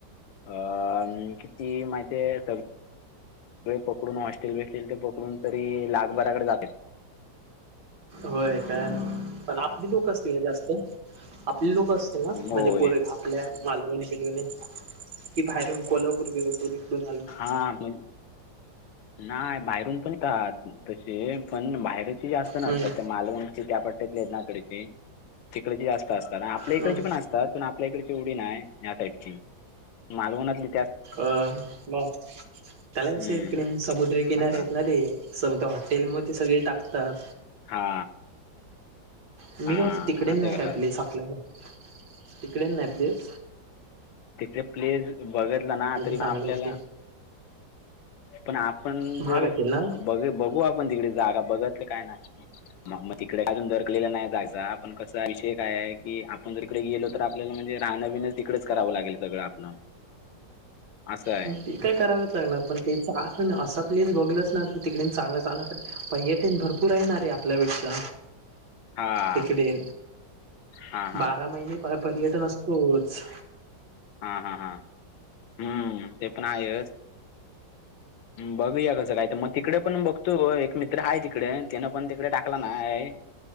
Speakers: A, on the left (about 85°); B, on the right (about 65°).
A: अ किती माहिती आहे सग ळे पकडून हॉस्टेल बिस्टेल ते पकडून तरी लाखभराकडे जातेत.
B: होय काय? पण आपली लोक असतील ना जास्त, आपली लोक अस- ते न म्हणजे
A: होय
B: पोरे आपल्या मालवणी बिलवणी, की बाहेरून कोल्हापूरी <unintelligible>
A: हा मग नाही बाहेरून पण <unintelligible> तसे पण बाहेरच ते जास्त नसतात
B: हम्म
A: त्या मालवणची त्या पट्ट्यातले आहेत ना कडची. तिकडचे जास्त असतात आणि आपल्या इकडचे
B: हम्म
A: पण अस- तात पण आपल्या इकडची एवढी नाई, त्या टाइपची मालवणतली.
B: अ बर त्याला कसं
A: हम्म
B: येतं <unintelligible> समुद्र किनारी
A: असा
B: आहेत ना ते. स हॉटेल म ते सगळे टाकतात.
A: हा
B: मी
A: हा
B: काय म्हणतो तिकडे
A: असं
B: नाही
A: करतात
B: काय प्लेस आपल्याला? तिकडे नाही प्लीस.
A: तिकडे प्लेस बघितला ना तरी
B: चांगली
A: मग आपल्याला.
B: अशी
A: पण आपण
B: महाग
A: जर
B: असेल ना?
A: बघू आपण तिकडे जागा बघत ले काय नाही, होत मग तिकडे अजून तर. नाही जागा आपण कस विषय काय आहे की आपण जर इकडे गेलो. तर आपल्याला म्हणजे राहं बिन तिकडच करावं लागेल सगळं आपलं. असं आहे
B: होते काय करावच लागला पण तेचा फण असा प्लेस बघलच ना तर तिकडे चांगलं चांगलं पाहिजे. ते भरपूर आहे ना रे आपल्यापेक्षा
A: हा
B: तिकडे,
A: हा हा
B: बारा महिने परह पर्यटन असतोच.
A: हा हा हा, हम्म. ते पण आहेच, बघूया कसं काय तर म तिकडे पण बघतो एक मित्र आहे तिकडे तिनं पण तिकडे टाकलान आहे.